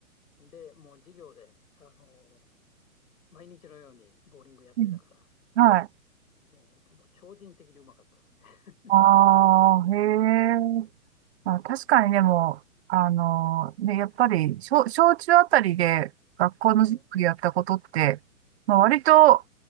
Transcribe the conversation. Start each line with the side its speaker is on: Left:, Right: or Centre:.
Left: で、もう授業で、あの、毎日のようにボーリングやってたから、
Right: い。うんはい。
Left: もう、もう超人的にうまかったですね。<laughs>
Right: ああ、へえ。まあ、確かにでも、あのね、やっぱり、小、小中あたりで学校の授業やったことって、
Left: えー
Right: まあ、割と